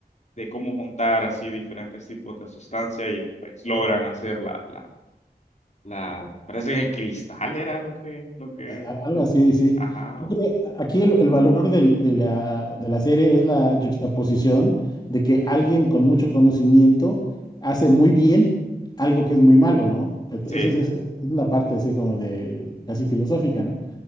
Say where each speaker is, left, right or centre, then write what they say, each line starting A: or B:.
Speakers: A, on the left (about 45°); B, on the left (about 25°).
A: de cómo juntar así diferentes tipos de sustancias y pues logran hacer la, la, la, parece que cristal era lo que, lo que,
B: a- a- Algo así, sí.
A: ajá,
B: Yo
A: o-
B: creo- aquí el, el valor del- de la, de la serie es la juxtaposición de que alguien con mucho conocimiento hace muy bien algo que es muy malo, ¿no? Ent-
A: sí,
B: Esa es, es- es la parte así como de casi filosófica, ¿no?